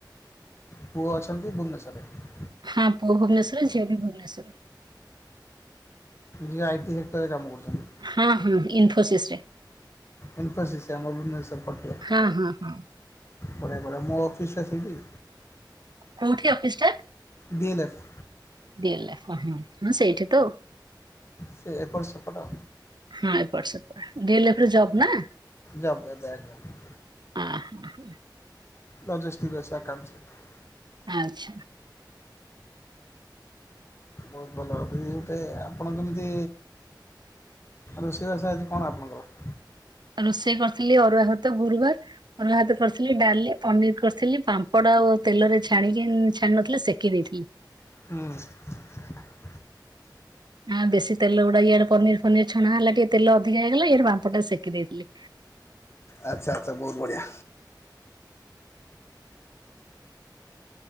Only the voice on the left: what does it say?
ପୁଅ ଅଛନ୍ତି ଭୁବନେଶ୍ୱରେ
ଝିଅ ଆଇଟିସେକ୍ଟର ରେ କାମ କରୁଛନ୍ତି।
ଇନଫୋସିଟି ଆମ ଭୁବନେଶ୍ଵର ପଟିଆ
ବଢିଆ ବଢିଆ ମୋ ଅଫିସଟା ସେଇଠି।
D L F.
ସେ ଏପଟ ସେପଟ
ଜବ୍ କରିଚି ଆଜ୍ଞା।
ପ୍ରେଜେସ୍ କରିଚି <unintelligible>
ବହୁତ୍ ଭଲ ଏବେ ଗୋଟେ ଆପଣ କେମିତି ରୋଷେଇ ବାସ ଆଜି କଣ ଆପଣଙ୍କର?
ହୁଁ।
ଆଚ୍ଛା ଆଚ୍ଛା ବହୁତ୍ ବଢ଼ିଆ।